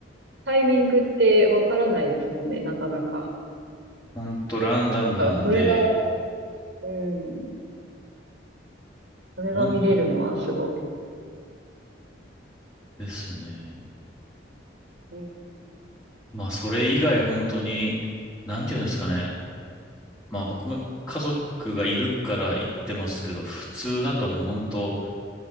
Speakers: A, on the right; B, on the left.
A: タイミングってわからないですもんね、なかなか。
B: ほんとランダムなんで、
A: だからそれが、うん、それが見れるのはすごい。
B: ほんですね。
A: うん、
B: まあ、それ以外本当に、なんていうんですかね。まあ、僕、家族がいるから行ってますけど、普通だともう本当、